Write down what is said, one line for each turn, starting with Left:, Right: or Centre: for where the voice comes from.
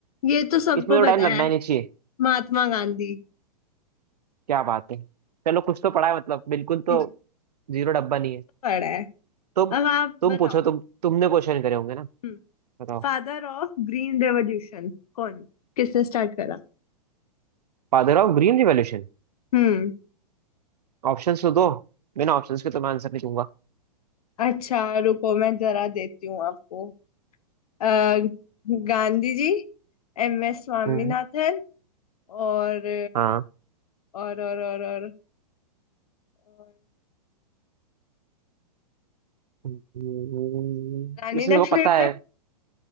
Left: ये तो सबको
Right: इसमें तो
Left: पता
Right: टाइम
Left: है
Right: लगना ही नहीं चाहिए
Left: महात्मा गांधी
Right: क्या बात है चलो कुछ तो पढ़ा है मतलब बिल्कुल तो
Left: हम्म,
Right: जीरो डब्बा नहीं है
Left: पढ़ा है
Right: तुम
Left: अब आप
Right: तुम
Left: बताओ
Right: पूछो तुम तुमने क्वेश्चन करे होंगे ना
Left: हम्म
Right: बताओ
Left: फादर ऑफ ग्रीन रेवोल्यूशन कौन किसने स्टार्ट करा
Right: Father of green revolution
Left: हम्म
Right: Options तो दो बिना ऑप्शंस के तो मैं आंसर नहीं दूंगा
Left: अच्छा रुको मैं जरा देती हूँ आपको अ, गांधी जी एम एस स्वामीनाथन
Right: हम्म
Left: और
Right: हाँ
Left: और और और और, और
Right: हम्म,
Left: रानी
Right: इसमें
Left: लक्ष्मीबाई
Right: मेरे को पता है